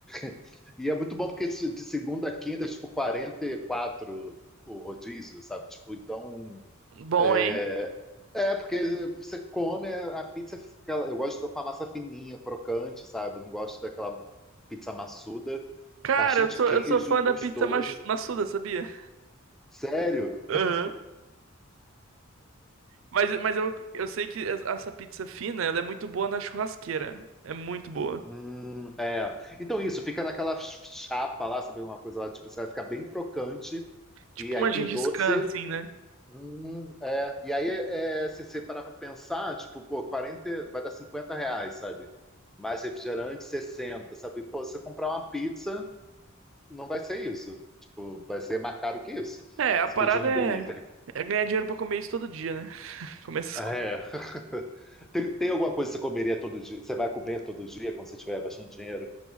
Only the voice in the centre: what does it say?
<laughs> E é muito bom porque de de segunda a quinta é tipo 44 o rodízio, sabe? Tipo, então.
É,
é, porque você come a pizza, fica- eu gosto com a massa fininha, crocante, sabe? Não gosto daquela pizza maçuda,
bastante
queijo,
gostoso.
Sério?
Hum, é. Então isso, fica naquela chapa lá, sabe? Uma coisa lá, tipo, você vai ficar bem crocante,
e aí
tem doce.
Hum, é. E aí, é, se você parar pra pensar, tipo, pô, 40, vai dar 50 reais, sabe? Mais refrigerante, 60, sabe? Pô, você comprar uma pizza. não vai ser isso. Tipo, vai ser mais caro que isso.
Se
pedir no
delivery.
É. <laughs> Tem, tem alguma coisa que você comeria todo dia? Você vai comer todo dia quando você tiver bastante dinheiro?